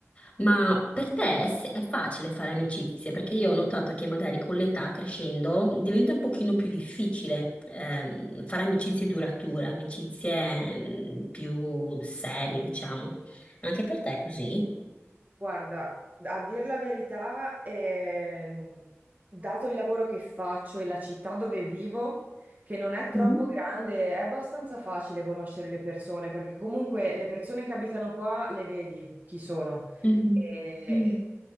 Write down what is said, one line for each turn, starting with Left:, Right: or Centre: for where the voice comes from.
Left: Ma per te è, se- è facile fare amicizie? Perché io ho notato che magari con l'età crescendo diventa un pochino più difficile ehm, fare amicizie durature, amicizie mm, più serie, diciamo. Anche per te è così?
Right: Guarda, a dir la verità, ehm, dato il lavoro che faccio e la città dove vivo, che non è troppo
Left: Mhm,
Right: grande, è abbastanza facile conoscere le persone, perché comunque le persone che abitano qua le vedi chi sono.
Left: mhm,
Right: E,
Left: Mm.